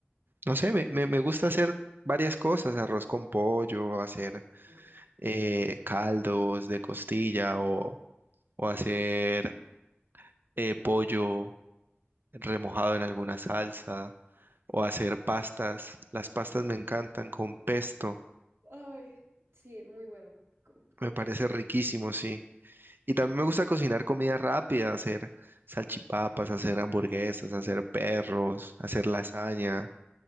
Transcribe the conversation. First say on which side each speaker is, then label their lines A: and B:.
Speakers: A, on the right; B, on the right.
A: no sé, me, me- me gusta hacer varias cosas, arroz con pollo, hacer
B: Sí.
A: eh, caldos de costilla o, o hacer eh, pollo remojado en alguna salsa o hacer pastas. Las pastas me encantan con pesto.
B: Ay, sí, muy bueno. Con- con
A: Me parece
B: pe-
A: riquísimo, sí. Y también me gusta cocinar comida rápida, hacer salchipapas, hacer hamburguesas, hacer perros, hacer lasaña,